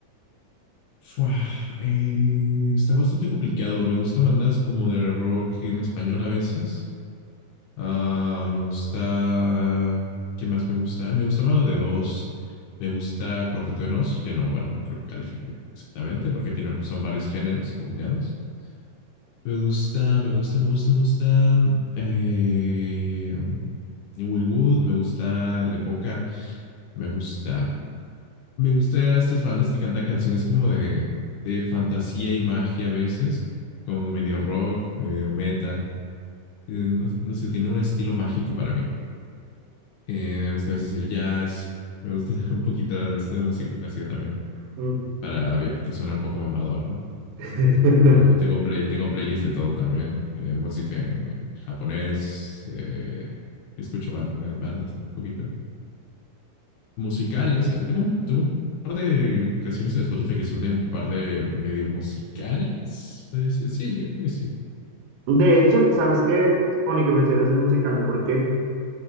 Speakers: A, on the left; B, on the right.
A: Fua, eh, está bastante complicado. Me gustan bandas como de rock en español a veces. Ah, me gusta, ¿qué más me gusta? Me gusta Mago de Oz. Me gusta Cuarteto de Nos, que no, bueno, no creo que califique exactamente porque tiene, son varios géneros combinados. Me gusta, me gusta, me gusta, me gusta. eh, Will Wood, me gusta Lepoca, me gusta. Me gusta estas bandas que cantan canciones como de, de fantasía y magia a veces, con medio rock, medio metal. Eh, No, no sé, tiene un estilo mágico para mí. Eh, me gusta a veces el jazz, me gusta <laughs> un poquito esta de música clásica también,
B: Mm.
A: para ver que suena un poco mamador, ¿no?
B: <laughs>
A: Tengo, tengo, play, tengo playlist de todo también. Eh, música en japonés. eh, escucho ban- eh, bandas, ¿no? Un poquito. Musicales. ¿sabes? Tengo, un- tengo un par de canciones en Spotify que son de un par de medio musicales. puede decir. Sí, yo creo que sí.
B: De hecho, ¿sabes qué? Pone que mencionas el musical, ¿por qué?